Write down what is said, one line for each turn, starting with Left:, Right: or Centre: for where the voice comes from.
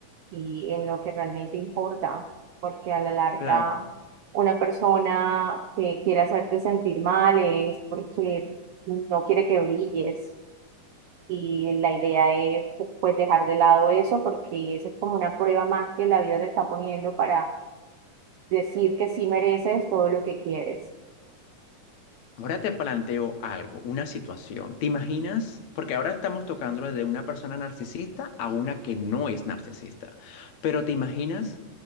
Right: y en lo que realmente importa, porque a la larga
Left: Claro.
Right: una persona que quiere hacerte sentir mal es porque no quiere que brilles. Y la idea es pues dejar de lado eso porque esa es como una prueba más que la vida te está poniendo para decir que sí mereces todo lo que quieres.
Left: Ahora te planteo algo, una situación. ¿Te imaginas? Porque ahora estamos tocando de una persona narcisista a una que no es narcisista. Pero ¿te imaginas